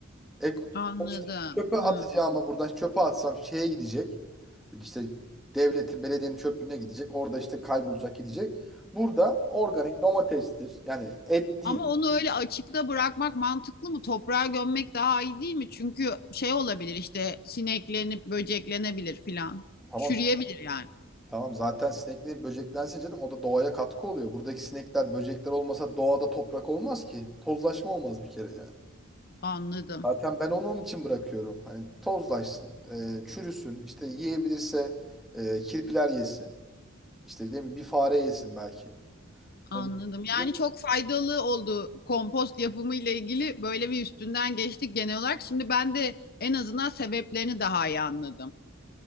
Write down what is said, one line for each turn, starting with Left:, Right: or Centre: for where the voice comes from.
Centre: E,
Left: Anladım.
Centre: sonuçta çöpe atacağıma
Left: Hmm.
Centre: buradan çöpe atsam şeye gidecek. İşte devletin, belediyenin çöplüğüne gidecek. Orada işte kaybolacak gidecek. Burada organik domatestir. Yani et değil.
Left: Ama onu öyle açıkta bırakmak mantıklı mı? Toprağa gömmek daha iyi değil mi? Çünkü şey olabilir işte sineklenip böceklenebilir filan.
Centre: Tamam
Left: Çürüyebilir yani.
Centre: Tamam zaten sinekli böceklense canım o da doğaya katkı oluyor. Buradaki sinekler böcekler olmasa doğada toprak olmaz ki. Tozlaşma olmaz bir kere yani.
Left: Anladım.
Centre: Zaten ben onu onun için bırakıyorum. Hani tozlaşsın, e, çürüsün, işte yiyebilirse e, kirpiler yesin. İşte değil mi? Bir fare yesin belki. Hani
Left: Anladım.
Centre: bir- bir-
Left: Yani çok faydalı oldu kompost yapımı ile ilgili böyle bir üstünden geçtik genel olarak. Şimdi ben de en azından sebeplerini daha iyi anladım.